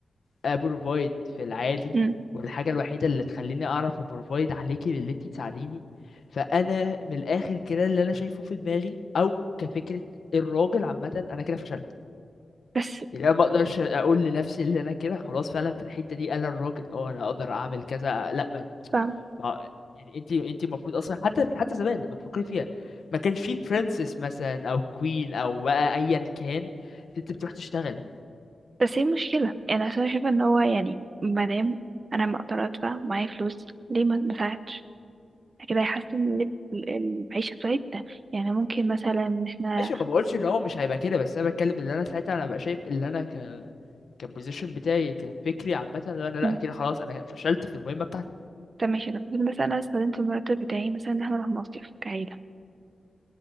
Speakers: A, on the left (about 65°); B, on the right (about 40°).
A: أبروفايد في العادي
B: مم.
A: والحاجة الوحيدة اللي تخليني أعرف أبروفايد عليكي باللي أنت تساعديني فأنا من الآخر كده اللي أنا شايفه في دماغي أو كفكرة الراجل عامة أنا كده فشلت
B: بس
A: يعني أنا ما أقدرش أقول لنفسي اللي أنا كده خلاص فعلا في الحتة دي أنا الراجل أه أنا أقدر أعمل كذا لأ ما
B: فاهمة
A: ما- يعني أنت أنت المفروض أصلا حتى حتى زمان لما تفكري فيها ما كانش في برنسس مثلا أو كوين أو بقى أيا كان أنت بتروح تشتغل
B: بس هي مشكلة يعني عشان أنا شايفة ان هو يعني مادام انا ما اقدر ادفع معايا فلوس ليه ما ما اساعدش كده هيحسن ال- ال- المعيشة بتاعتنا يعني ممكن مثلا ان احنا
A: ماشي ما بقولش ان هو مش هيبقى كده بس انا بتكلم ان انا ساعتها انا ببقى شايف ان انا ك كبوزيشن بتاعي كفكري عامه ان انا لا
B: مم.
A: كده خلاص انا فشلت في المهمه بتاعتي
B: طب ماشي انا بقول مثلا انا استخدمت المرتب بتاعي مثلا ان احنا نروح مصيف كعيلة